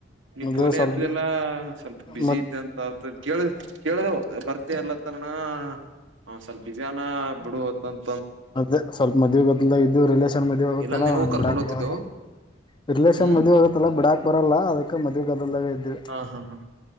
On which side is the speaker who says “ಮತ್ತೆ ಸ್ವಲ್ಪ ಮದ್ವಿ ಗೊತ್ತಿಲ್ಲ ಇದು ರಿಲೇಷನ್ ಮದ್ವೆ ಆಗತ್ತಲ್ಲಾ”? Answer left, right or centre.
Left